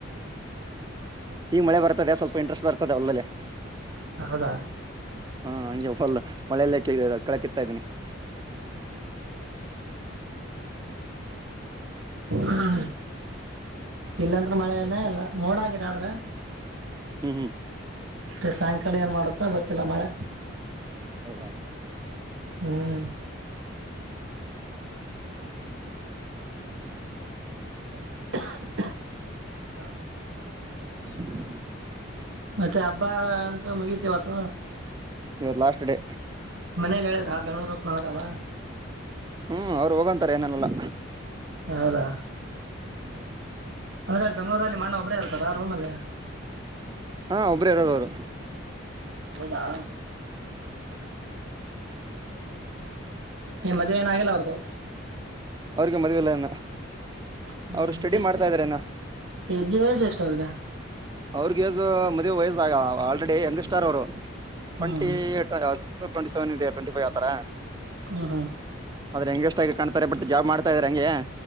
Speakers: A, on the right; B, on the right.
A: ಈ ಮಳೆ ಬರ್ತದೆ ಸ್ವಲ್ಪ ಇಂಟ್ರೆಸ್ಟ್ ಬರ್ತದೆ ಒಲ್ಲಲ್ಲ
B: ಹೌದಾ
A: ಹಾ ಹಂಗೆ ಹೊಲ್ ಮಳೆಲ್ಲಕ್ಕ ಇದೆ ಕೆಳಕ ಇತ್ತಾ ಇದ್ದೀನಿ
B: ಹಾ ಇಲ್ಲಂದ್ರ ಮಳೆನ ಎಲ್ಲ ಮೋಡ ಆಗಿದೆ ಆದ್ರ
A: ಹ್ಮ್ ಹ್ಮ್
B: ಮತ್ತೆ ಸಾಯಂಕಾಲ ಏನ್ ಮಾಡುತ್ತ ಗೊತ್ತಿಲ್ಲ ಮಳೆ
A: ಹೌದಾ
B: ಹ್ಮ್
A: ಹ್ಮ
B: <unintelligible>
A: ಹ್ಮ
B: ಮತ್ತೆ ಹಬ್ಬ ಅಂತ ಮುಗೀತಿವತ
A: ಇವತ್ತು ಲಾಸ್ಟ್ ಡೇ
B: ಮನೇಲಿ ಹೇಳಿದ್ರ ಬೆಂಗಳೂರ್ ಹೋಗನಂದ್ರಲ್ಲ
A: ಹ್ಮ್ ಅವ್ರು ಹೋಗಂತಾರೆ ಏನನಲ್ಲಾ
B: ಹೌದಾ
A: ಹ್ಮ್
B: ಅದ್ರೆ ಅಲ್ಲಿ ಬೆಂಗಗಳೂರಲ್ಲಿ ಮಣ್ಣ ಒಬ್ರೇ ಇರ್ತಾರ ಆ ರೂಮಲ್ಲಿ
A: ಹಾ ಒಬರು ಇರೋದವರು
B: ಹೌದಾ ಏ ಮದ್ವೆ ಏನಾಗಿಲ್ಲ ಅವ್ರ್ದು
A: ಅವ್ರಿಗೆ ಮದುವೆಲ್ಲ ಇನ್ನ
B: ಹ
A: ಅವ್ರು
B: ಹ
A: ಸ್ಟಡಿ
B: ಎಷ್ಟು
A: ಮಾಡ್ತಾ ಇದಾರೆ ಇನ್ನ
B: ಹೆಜ್ಜ್ ಎಷ್ಟ ಷ್ಟರ್ಗ
A: ಅವ್ರಗ ಮದುವೆ ವಯಸ್ಸಾಗ ಆಲ್ರೆಡಿ ಯಂಗ್ ಸ್ಟಾರ್ ಅವರು ಟ್ವೆಂಟಿ
B: ಹ್ಮ್
A: ಟ್ವೆಂಟಿ ಸೆವೆನ್ ಇದೆ ಟ್ವೆಂಟಿ ಫೈವ್ ಆತರ
B: ಹಾ ಹಾ
A: ಹೆಂಗಗೆ ಎಸಗಿಿ ಕಾಣತಾರೆ ಬಟ್ ಜಾಬ್ ಮಾಡತಾ ಇದ್ರಾರೆ ಹಂಗೆ